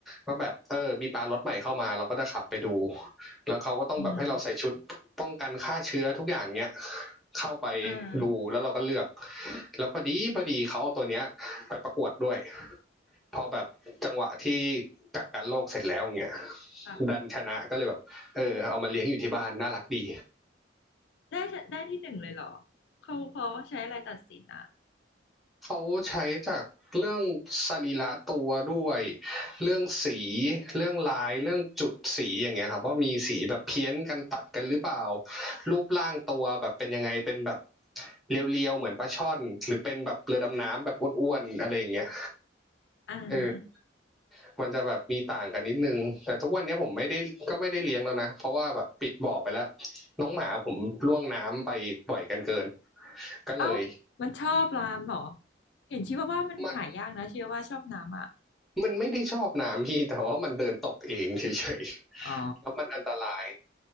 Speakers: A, in the centre; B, on the left (about 65°).
A: ว่าแบบเออมีปลาล็อตใหม่เข้ามาเราก็จะขับไปดู แล้วเขาก็ต้องแบบให้เราใส่ชุดป้องกันฆ่าเชื้อทุกอย่างเนี้ย
B: อืม
A: เข้าไป
B: เออ
A: ดูแล้วเราก็เลือกแล้วพอดีพอดีเขาเอาตัวเนี้ยไปประกวดด้วยพอแบบจังหวะที่กักกันโรคเสร็จแล้วเงี้ย
B: ค่ะ
A: ดันชนะก็เลยแบบเออเอามาเลี้ยงอยู่ที่บ้านน่ารักดี
B: ได้ได้ที่หนึ่งเลยเหรอเขาเขาใช้อะไรตัดสินอ่ะ
A: เขาใช้จากเรื่องสรีระตัวด้วยเรื่องสีเรื่องลายเรื่องจุดสีอย่างเงี้ยครับว่ามีสีแบบเพี้ยนกันตัดกันหรือเปล่ารูปร่างตัวแบบเป็นยังไงเป็นแบบเรียวๆเหมือนปลาช่อนหรือเป็นแบบเรือดำน้ำแบบอ้วนๆอะไรอย่างเงี้ย
B: อ่า
A: เออมันจะแบบมีต่างกันนิดนึงแต่ทุกวันนี้ผมไม่ได้ก็ไม่ได้เลี้ยงแล้วนะเพราะว่าแบบปิดบ่อไปแล้วน้องหมาผมล่วงน้ำไปบ่อยกันเกินก็เลย
B: เอ้ามันชอบรามเหรอเห็นชีว่าว่ามันหายากนะชีว่าว่าชอบน้ำอ่ะ
A: มัน มันไม่ได้ชอบน้ำ <laughs> พี่แต่ว่ามันเดินตกเองเฉยๆ
B: อ๋อ
A: <laughs> แล้วมันอันตราย